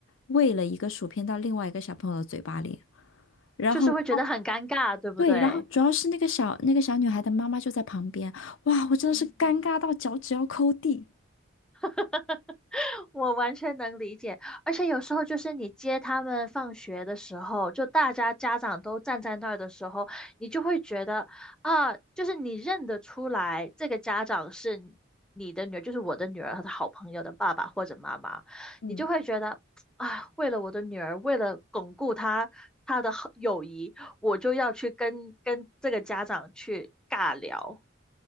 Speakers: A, on the left; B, in the centre.
A: 喂了一个薯片到另外一个小朋友的嘴巴里。然后她
B: 就是会觉得很尴尬，对不对？
A: 对，然后主要是那个小那个小女孩的妈妈就在旁边，哇，我真的是尴尬到脚趾要抠地。
B: 嗯 <laughs> 我完全能理解，而且有时候就是你接他们放学的时候，就大家家长都站在那儿的时候，你就会觉得啊，就是你认得出来这个家长是你的女儿，就是我的女儿和她好朋友的爸爸或者妈妈，
A: 嗯。
B: 你就会觉得啊，为了我的女儿，为了巩固她她的好友谊，我就要去跟跟这个家长去尬聊。